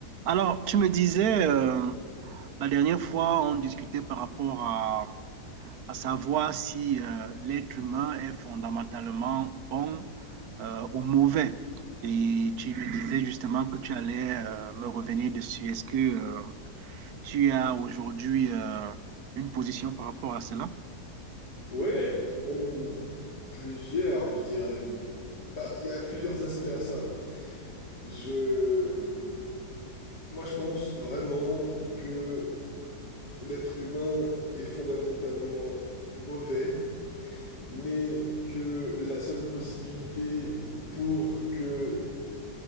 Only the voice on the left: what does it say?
Oui, même plusieurs, je dirais. Bah, il y a plusieurs aspects à ça. Je, moi, je pense vraiment que l'être humain est fondamentalement mauvais, mais que la seule possibilité pour que